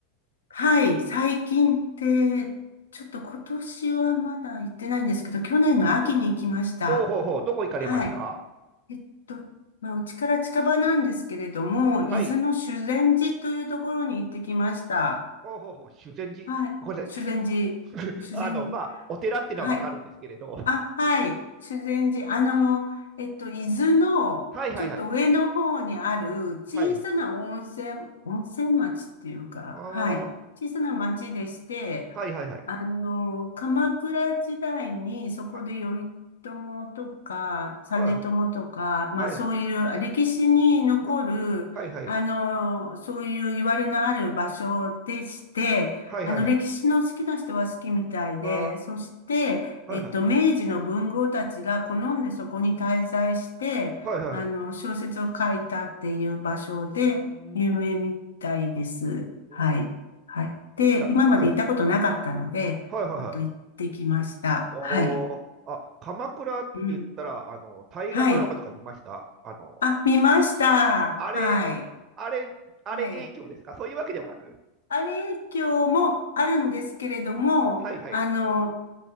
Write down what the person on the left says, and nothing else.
はい、最近って、ちょっと今年はまだ行ってないんですけど、去年の秋に行きました。
はい。えっと、まあ、うちから近場なんですけれども、
伊豆の修善寺というところに行ってきました。
はい。
修善寺。
修善、
はい。あ、はい。修善寺。あの、えっと、伊豆の、
ちょっと上の方にある小さな温泉、
温泉町っていうか、
はい。小さな町でして、
あの、鎌倉時代にそこで頼朝とか、
実朝とか、
まあそういう歴史に残る、
あの、そういう言われのある場所でして、
あの、歴史の好きな人は好きみたいで、
そして、
えっと、
明治の文豪たちが好んでそこに滞在して、
あの、小説を書いたっていう場所で有名みたいです。
はい。
はい。で、
今まで行ったことなかったので、
ちょっと行ってきました。
はい。
うん。
はい。あ、見ました。
はい。
はい。あれ、今日もあるんですけれども、
あの、